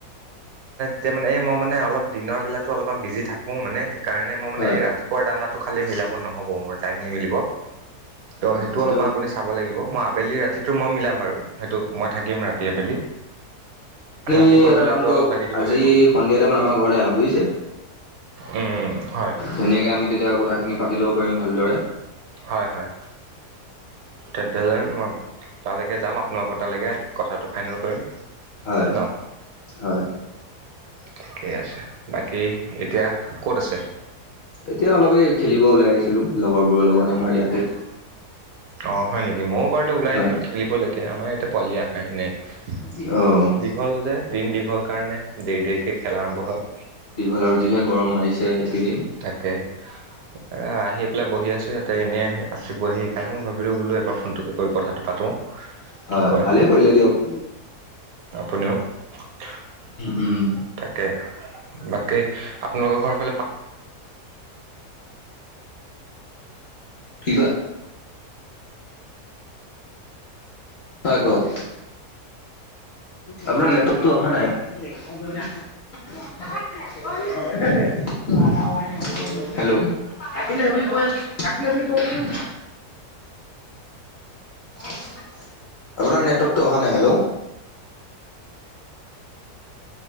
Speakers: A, on the right (about 70°); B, on the left (about 60°).
A: এতিয়া মানে এই মই মানে অলপ দিনৰ বেলাতো অলপমান বিজি থাকোঁ মানে। সেইকাৰণে মই মানে
B: হয়।
A: এই ৰাতিপুৱা দানত টো খালী মিলাব নহব মোৰ, টাইম নিমিলিব।
B: হয়,
A: ত সেইটো
B: এতিয়া
A: অলপমান আপুনি চাব লাগিব। মই <unintelligible> আবেলি ৰাতিটো মই মিলাম বাৰু। সেইটো মই থাকিম ৰাতি আবেলি। <unintelligible>
B: তুমি এটা কাম কৰক।
A: অলপ লাগি দিব
B: আজি
A: লাগিব
B: সন্ধিয়া টাইমত আমাৰ ঘৰলে আহক বুজিছে।
A: উম, হয়
B: ধুনীয়াকে আমি তেতিয়া কথাখিনি পাতি ল'ব পাৰিম ভালদৰে।
A: হয়, হয়। তেন্তে হ'লে মই তালেকে যাম, আপোনালোকৰ তালেকে। কথাটো ফাইনেল কৰিম।
B: হয়,
A: ন
B: হয়।
A: ঠিকেই আছে। বাকী এতিয়া ক'ত আছে?
B: এতিয়া অলপ এই খেলিব ওলাই আহিছিলো। লগৰবোৰৰ লগত আমাৰ ইয়াতে।
A: অঁ হয় নেকি? ময়ো বাৰুতে ওলাই
B: হয়
A: আহিছিলোঁ খেলিবলৈকে। আমাৰ ইয়াতে পোৱালি আহাই নাই।
B: হয় অ'।
A: দীঘল যে দিন দীঘল কাৰণে দেৰি দেৰিকে খেল আৰম্ভ হয়।
B: বাৰু যিহে গৰম মাৰিছে এইকেইদিন।
A: তাকে, আহ আহিয়ে বহি আছোঁ ইয়াতে এনেই আহি আছে ব। সেইকাৰণে মই ভাবিলো বোলো এবা ফোনটোকে কৰি কথাটো পাতোঁ।
B: হয়,
A: কি কয়
B: ভালে কৰিলে দিয়ক।
A: আপুনিও, তাকে
B: উম
A: বাকী আপোনালোকৰ ঘৰৰ ফালে
B: কি কয়? হয়, কওক। আপোনাৰ নেটৱকটো অহা নাই? <unintelligible> হেল্ল', কাটিলে বুলি কৈ আছোঁ কাটিলে বুলি কৈ দিব <unintelligible> <unintelligible> আপোনাৰ নেটৱকটো অহা নাই। Hello